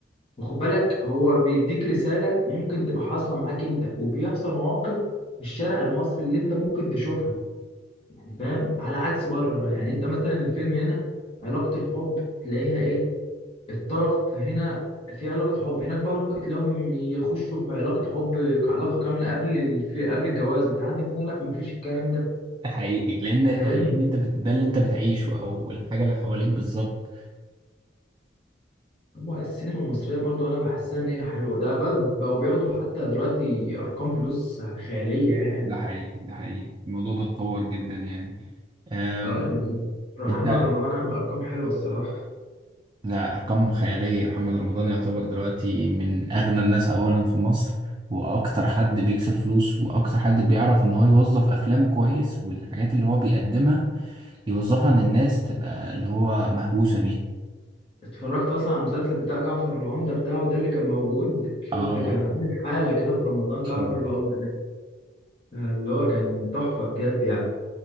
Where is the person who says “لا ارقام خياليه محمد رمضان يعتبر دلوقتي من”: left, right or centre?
Right